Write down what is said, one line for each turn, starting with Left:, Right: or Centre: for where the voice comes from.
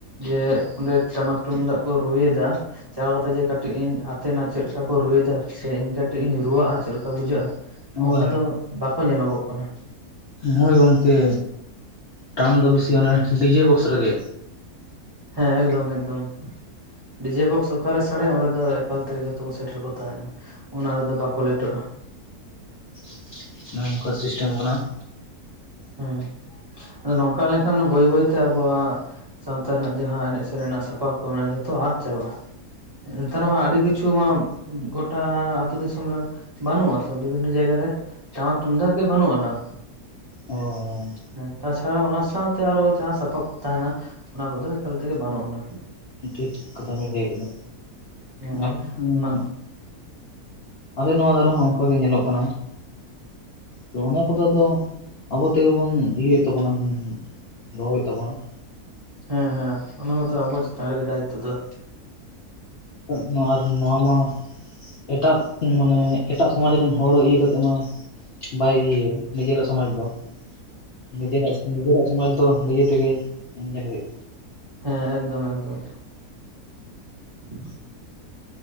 Right: ᱡᱮ ᱚᱸᱰᱮ ᱴᱟᱢᱟᱠ ᱛᱩᱢᱫᱟᱜ ᱠᱚ ᱨᱩᱭᱮᱫᱟ ᱪᱟᱞᱟᱣ ᱠᱟᱛᱮᱜ ᱡᱮ ᱠᱟᱴᱤᱡ ᱤᱧ ᱛᱮᱱᱟᱜ ᱪᱮᱫ ᱞᱮᱠᱟ ᱠᱚ ᱨᱩᱭ ᱮᱫᱟ ᱥᱮ ᱤᱧ ᱠᱟᱹᱴᱤᱡ ᱤᱧ ᱨᱩᱣᱟᱹᱜᱼᱟ ᱪᱮᱫ ᱞᱮᱠᱟ ᱵᱩᱡᱷᱟᱹᱜᱼᱟ
Left: ᱦᱩᱸ
Right: ᱚᱱᱠᱟ
Left: ᱦᱳᱭ
Right: ᱫᱚ ᱵᱟᱠᱚ ᱧᱮᱞᱚᱜᱚᱜ ᱠᱟᱱᱟ ᱾
Left: ᱦᱚᱭ ᱜᱚᱢᱠᱮ ᱴᱟᱱ ᱫᱚ ᱵᱤᱥᱤ ᱚᱱᱮ ᱰᱤᱡᱮ ᱵᱚᱠᱥ ᱨᱮᱜᱮ ᱾
Right: ᱦᱮᱸ ᱮᱠᱫᱚᱢ ᱮᱠᱫᱚᱢ ᱰᱤᱡᱮ ᱵᱚᱠᱥ ᱚᱠᱟᱨᱮ ᱥᱟᱰᱮᱭᱟ ᱚᱸᱰᱮ ᱫᱚ ᱮᱠᱟᱞ ᱛᱮᱜᱮ ᱡᱚᱛᱚ ᱠᱚ ᱥᱮᱴᱮᱨ ᱠᱚ ᱛᱟᱦᱮᱱᱟ ᱚᱱᱟ ᱨᱮᱫᱚ ᱵᱟᱠᱚ ᱞᱮᱴᱚᱜᱼᱟ ᱾
Left: <unintelligible> ᱱᱚᱝᱠᱟ ᱥᱤᱥᱴᱮᱢ ᱟᱠᱟᱱᱟ ᱾
Right: ᱦᱩᱸ ᱟᱫᱚ ᱱᱚᱝᱠᱟ ᱞᱮᱱᱠᱷᱟᱱ ᱵᱟᱹᱭ ᱵᱟᱹᱭᱛᱮ ᱟᱵᱚᱣᱟᱜ ᱥᱟᱶᱛᱟ ᱨᱮᱱᱟᱜ ᱡᱟᱦᱟᱸ ᱮᱱᱮᱡ ᱥᱮᱨᱮᱧ ᱨᱮᱱᱟᱜ ᱥᱟᱯᱟᱵ ᱠᱚ ᱢᱮᱱᱟᱜᱼᱟ ᱡᱷᱚᱛᱚ ᱟᱫ ᱪᱟᱵᱟᱜᱼᱟ ᱾ ᱱᱮᱛᱟᱨ ᱢᱟ ᱟᱹᱰᱤ ᱠᱤᱼ ᱼᱪᱷᱩ ᱢᱟ ᱜᱚᱴᱟ ᱟᱹᱛᱩ ᱫᱤᱥᱚᱢ ᱨᱮ ᱵᱟᱹᱱᱩᱜᱼᱟ ᱛᱚ ᱵᱤᱵᱷᱤᱱᱱᱚ ᱡᱟᱭᱜᱟ ᱨᱮ ᱴᱟᱢᱟᱠ ᱛᱩᱢᱫᱟᱜ ᱜᱮ ᱵᱟᱹᱱᱩᱜ ᱟᱱᱟ ᱾
Left: ᱦᱚᱭ ᱦᱚᱭ
Right: ᱦᱮᱸ ᱛᱟᱪᱷᱟᱲᱟ ᱚᱱᱟ ᱥᱟᱶᱛᱮ ᱟᱨᱚ ᱡᱟᱦᱟᱸ ᱥᱟᱯᱟᱵ ᱠᱚ ᱛᱟᱦᱮᱱᱟ ᱚᱱᱟ ᱠᱚᱫᱚ ᱮᱠᱟᱞ ᱛᱮᱜᱮ ᱵᱟᱹᱱᱩᱜ ᱟᱱᱟ ᱾
Left: ᱴᱷᱤᱠ ᱠᱟᱛᱷᱟ ᱵᱤᱱ ᱞᱟᱹᱭ ᱠᱮᱫᱟ
Right: ᱦᱮᱸ
Left: <inaudible> ᱦᱩᱸ
Right: ᱚᱱᱟ
Left: ᱟᱞᱮ ᱱᱚᱣᱟ ᱫᱟᱨᱮ ᱦᱚᱸ ᱚᱱᱠᱟ ᱜᱮ ᱧᱮᱞᱚᱜ ᱠᱟᱱᱟ ᱾ ᱛᱚ ᱚᱱᱟ ᱠᱚᱫᱚ ᱟᱫᱚ ᱟᱵᱚ ᱛᱮᱜᱮ ᱵᱚᱱ ᱤᱭᱟᱹ ᱮᱛ ᱛᱟᱵᱚᱱᱟ ᱫᱚᱦᱚ ᱦᱩᱭᱩᱜ ᱛᱟᱵᱚᱱᱟ ᱾
Right: ᱦᱮᱸ ᱦᱮᱸ ᱚᱱᱟ ᱢᱟᱛᱚ ᱟᱵᱚ ᱪᱮᱛᱟᱱ ᱨᱮᱜᱮ ᱫᱟᱭᱤᱛᱛᱚ ᱫᱚ ᱾
Left: <inaudible> ᱟᱨ ᱱᱚᱣᱟ ᱢᱟ ᱮᱴᱟᱜ ᱢᱟᱱᱮ ᱮᱴᱟᱜ ᱥᱚᱢᱟᱡᱽ ᱨᱮᱱ ᱦᱚᱲ ᱤᱭᱟᱹ ᱠᱟᱛᱮᱜ ᱢᱟ ᱵᱟᱭ ᱤᱭᱟᱹᱭᱟ ᱱᱤᱡᱮᱨᱟᱜ ᱥᱚᱢᱟᱡᱽ ᱫᱚ ᱾ ᱱᱤᱡᱮᱨᱟᱜ ᱱᱤᱡᱮᱨᱟᱜ ᱥᱚᱢᱟᱡᱽ ᱫᱚ ᱱᱤᱡᱮ ᱛᱮᱜᱮ ᱧᱮᱞ ᱦᱩᱭᱩᱜᱼᱟ ᱾
Right: ᱦᱮᱸ ᱮᱠᱫᱚᱢ ᱮᱠᱫᱚᱢ ᱮᱠᱫᱚᱢ <unintelligible>